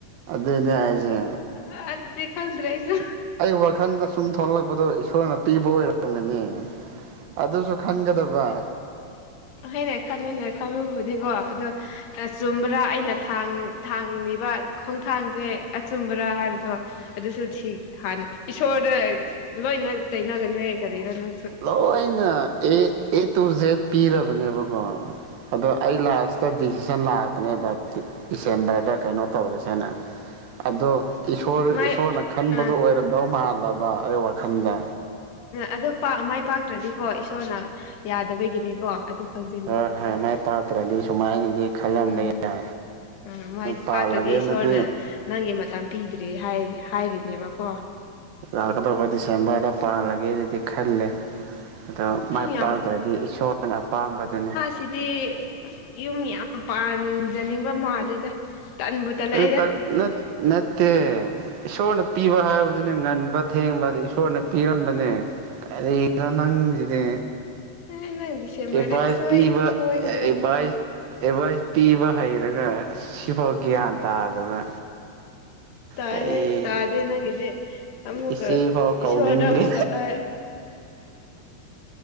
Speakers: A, on the right (about 70°); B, on the left (about 75°).
A: ꯑꯗꯨꯏꯅꯦ ꯍꯥꯏꯁꯦ
B: ꯑ ꯑꯗꯨꯗꯤ ꯈꯪꯗ꯭ꯔꯦ ꯑꯩꯁꯨ
A: ꯑꯩ ꯋꯥꯈꯟꯗ ꯁꯨꯝ ꯊꯣꯛꯂꯛꯄꯗꯣ ꯏꯁꯣꯔꯅ ꯄꯤꯕ ꯑꯣꯏꯔꯝꯒꯅꯤ ꯑꯗꯨꯁꯨ ꯈꯪꯒꯗꯕ
B: ꯍꯣꯏꯅꯦ ꯈꯜꯂꯦꯅꯦ ꯈꯜꯂꯨꯕꯨꯗꯤꯀꯣ ꯑꯗꯣ ꯑ ꯆꯨꯝꯕ꯭ꯔꯥ ꯑꯩꯅ ꯊꯥꯛ ꯊꯥꯡꯂꯤꯕ ꯈꯣꯡꯊꯥꯡꯁꯦ ꯑꯆꯨꯝꯕꯔꯥ ꯍꯥꯏꯕꯗꯣ ꯑꯗꯨꯁꯨ ꯊꯤ ꯍꯥꯟꯅ ꯏꯁꯣꯔꯗ ꯂꯣꯏꯅ ꯇꯩꯅꯒꯅꯨꯌꯦ ꯀꯔꯤꯔꯅꯣ
A: ꯂꯣꯏꯅ ꯑꯦ ꯑꯦ ꯇꯨ ꯖꯦꯠ ꯄꯤꯔꯕꯅꯦꯀꯣ ꯑꯗꯣ ꯑꯩ ꯂꯥꯁꯇ ꯗꯤꯁꯤꯖꯟ ꯂꯥꯛꯄꯅꯦꯕ ꯗꯤꯁꯦꯝꯕꯔꯗ ꯀꯩꯅꯣ ꯇꯧꯔꯁꯦꯅ ꯑꯗꯣ ꯏꯁꯣꯔ
B: ꯃꯥꯏ
A: ꯏꯁꯣꯔꯅ ꯈꯟꯕꯗꯣ
B: ꯑꯥ
A: ꯑꯣꯏꯔꯝꯗꯧ ꯃꯥꯜꯂꯕ ꯑꯩ ꯋꯥꯈꯜꯗ
B: ꯑꯗꯣꯥꯛ ꯃꯥꯏ ꯄꯥꯛꯇ꯭ꯔꯗꯤꯀꯣ ꯏꯁꯣꯔꯅ ꯌꯥꯗꯕꯒꯤꯅꯤꯀꯣ ꯑꯗꯨ ꯈꯪꯁꯤꯜꯂꯨ
A: ꯍꯣꯏ ꯍꯣꯏ ꯃꯥꯏ ꯄꯥꯛꯇ꯭ꯔꯗꯤ ꯁꯨꯃꯥꯏꯅꯗꯤ ꯈꯜꯂꯝꯕ
B: ꯎꯝ
A: ꯌꯥꯏ
B: ꯎꯝ ꯃꯥꯏ
A: ꯄꯥꯜꯂꯒꯦꯅꯗꯤ
B: ꯄꯥꯛꯇ꯭ꯔꯗꯤ ꯏꯁꯣꯔꯅ ꯅꯪꯒꯤ ꯃꯇꯝ ꯄꯤꯗ꯭ꯔꯦ ꯍꯥꯏꯔꯤ ꯍꯥꯏꯔꯤꯅꯦꯕꯀꯣ
A: ꯂꯥꯛꯀꯗꯕꯧꯕ ꯗꯤꯁꯦꯝꯕꯔꯗ ꯄꯥꯜꯂꯒꯦꯅꯗꯤ ꯈꯜꯂꯦ ꯑꯗꯣ
B: ꯑꯁ
A: ꯃꯥꯏ
B: ꯅꯪ ꯌꯥꯝ
A: ꯄꯥꯛꯇ꯭ꯔꯗꯤ ꯏꯁꯣꯔꯅ ꯑꯄꯥꯝꯕꯗꯨꯅꯤ
B: ꯁꯤꯗꯤ ꯌꯨꯝ ꯌꯥꯝ ꯄꯥꯟꯖꯅꯤꯡꯕ ꯃꯥꯜꯂꯦꯗ ꯇꯟꯕꯨ ꯇꯜꯂꯛꯑꯦꯗ
A: ꯑꯗꯨ ꯇꯠ ꯅꯠ ꯅꯠꯇꯦ ꯏꯁꯣꯔꯅ ꯄꯤꯕ ꯍꯥꯏꯕꯗꯨꯅꯦ ꯉꯟꯕ ꯊꯦꯡꯕꯗ ꯏꯁꯣꯔꯅ ꯄꯤꯔꯝꯕꯅꯦ ꯀꯔꯤꯗꯣ ꯅꯪꯁꯤꯗꯤ
B: ꯎ ꯅꯪ ꯗꯤꯁꯦꯝꯕꯔꯗ
A: ꯑꯦꯕꯥꯁ
B: ꯁꯣꯏ
A: ꯄꯤꯕ
B: ꯁꯣꯏꯒꯗ꯭ꯔꯥ
A: ꯑꯦꯕꯥꯁ ꯑꯦꯗꯚꯥꯏꯁ ꯄꯤꯕ ꯍꯩꯔꯒ ꯁꯤꯐꯥꯎ ꯒ꯭ꯌꯥꯟ ꯇꯥꯗꯕ
B: ꯇꯥꯏꯍꯦ
A: ꯀꯔꯤ
B: ꯇꯥꯗꯦ ꯅꯪꯒꯤꯗꯤ ꯑꯃꯨꯛꯀ
A: ꯏꯆꯦꯐꯥꯎ ꯀꯧꯅꯤꯡꯗ꯭ꯔꯦ
B: ꯏꯁꯣꯔꯗ ꯑꯃꯨꯛꯀ ꯍꯥꯏ